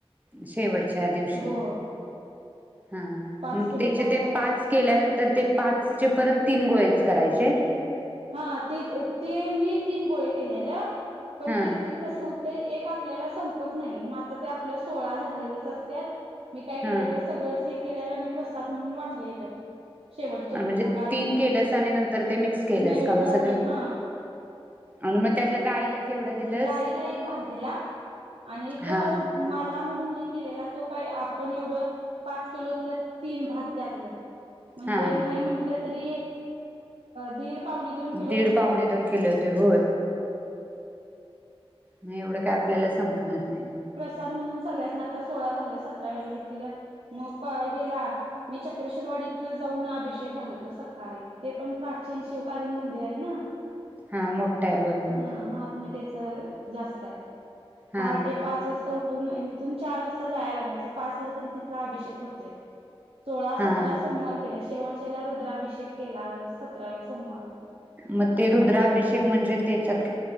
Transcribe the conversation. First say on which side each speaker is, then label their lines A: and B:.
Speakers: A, on the right; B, on the right.
A: शेवटच्या दिवशी
B: हो
A: ह
B: पाच
A: मग
B: किलोचा
A: त्याचे ते
B: कराय
A: पाच केल्यानंतर ते पाच चे परत तीन गोळेच करायचे
B: हा ते ते मी तीन गोळे केलेल्या पण
A: हा
B: ते ते कस ते एक आपल्याला संपत नाही मग आता ते आपल्या सोळा झालेलेच असत्यात मी काय केलेलं
A: हा
B: सगळंच हे केले आणि प्रसाद म्हणून वाटलेलं शेवटच्या ह्याला
A: म्हणजे
B: गाईला
A: तीन केलं
B: थोडं
A: आणि नंतर ते मिक्स केलंस
B: नैवेद्य
A: का मग
B: दाखेल
A: सगळं
B: हा
A: आणि मग त्यातला गाईला केवढं दिलंस
B: गाईला एक भाग दिला आणि तो
A: हा
B: मला म्हणून हे केलेला तो काय आपण एवढ पाच किलोतलं तीन भाग त्यातलं म्हणजे
A: हा
B: नाही म्हटलं तरी दीड पावणे दोन किलो
A: दीड
B: होणार
A: पाहुणे दोन केले होते होय. मी एवढं काय आपल्याला संपणार नाही.
B: होतात म्हणून सगळ्यासणी आता सोळा झालं सतराव्याला हे केलं मग हेला मी चक्रशिरवाडीत जाऊन अभिषेक घालतो सकाळी, ते पण प्राचीन शिवकालीन मंदिर आहे ना.
A: हा मोठा आहे होय मंदिर
B: हा महात्म्य त्याच जास्त आहे.
A: हा
B: पहाटे पाच वाजता ता उठून इथून चार वाजता जाया लागायचं पाचला तरी तिथला अभिषेक होतोय, सोळा
A: हा
B: सतरा सोमवार केल शेवट त्याला रुद्राभिषेक केला सतराव्या सोमवारला
A: मग ते रुद्राभिषेक म्हणजे तेच्यात